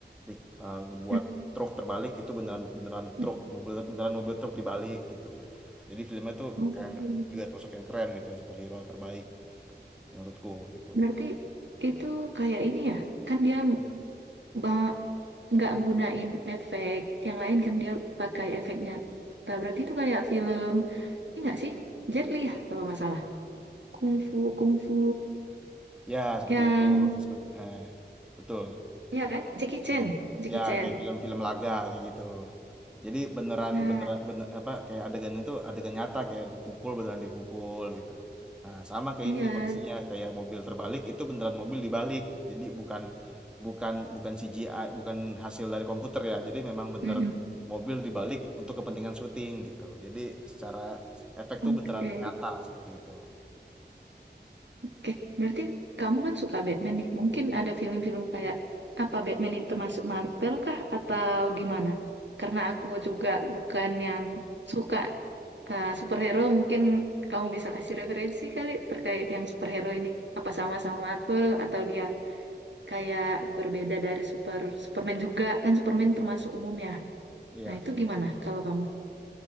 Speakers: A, in the centre; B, on the right.
A: Bik- eh, ngebuat
B: <laughs>
A: truk terbalik itu beneran beneran
B: Mm-mm.
A: truk mobil beneran mobil truk dibalik gitu jadi filmnya tuh
B: Oke.
A: keren juga termasuk yang keren gitu superhero terbaik menurutku gitu
B: Berarti itu kayak ini ya, kan dia ba- nggak gunain efek yang lain kan dia pakai efek nyata. Berarti itu kayak film, ini nggak sih? Jet Li ya kalau nggak salah. Kungfu, kungfu
A: Ya, seperti
B: yang,
A: itu, seperti eh betul.
B: ya kan? Jackie Chan,
A: Ya.
B: Jackie
A: Ya,
B: Chan.
A: kayak film-film laga kayak gitu. Jadi beneran
B: Nah,
A: beneran bener, apa kayak adegannya tuh adegan nyata kayak dipukul beneran dipukul gitu. Nah, sama kayak
B: iya.
A: ini kondisinya kayak mobil terbalik itu beneran mobil dibalik. Jadi bukan bukan bukan CGI, bukan hasil dari komputer ya. Jadi memang bener
B: Mm-mm.
A: mobil dibalik untuk kepentingan syuting gitu. Jadi secara efek
B: Oke.
A: tuh beneran nyata seperti itu.
B: Oke, berarti kamu kan suka Batman nih. Mungkin ada film-film kayak apa Batman ini termasuk Marvel kah atau gimana? Karena aku juga bukan yang suka uh, superhero, mungkin kamu bisa kasih referensi kali terkait yang superhero ini. Apa sama-sama Marvel atau dia kayak berbeda dari super Superman juga? Kan Superman termasuk umum ya.
A: Iya.
B: Nah, itu gimana kalau kamu?